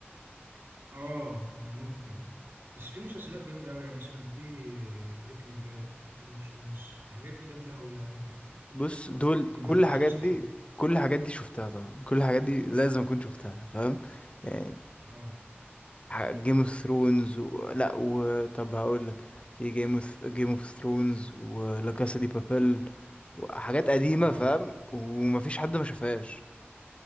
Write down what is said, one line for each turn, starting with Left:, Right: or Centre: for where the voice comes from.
Right: اه يعني ممكن بس في مسلسلات جامدة أوي يعني مثلا في بريكنج باد جيم اوف ثرونز الحاجات دي جامدة أوي يعني
Left: بص دول
Right: لو ما
Left: كل
Right: شفتهاش
Left: الحاجات
Right: لازم
Left: دي
Right: تشوفها
Left: كل الحاجات دي شفتها طبعا كل الحاجات دي لازم اكون شفتها فاهم يعني
Right: اه
Left: جيم اوف ثرونز و... لا وطب هقول لك في جيم اوف جيم اوف ثرونز ولا كاسا دي بابيل وحاجات قديمة
Right: اه
Left: فاهم ومفيش حد ما شافهاش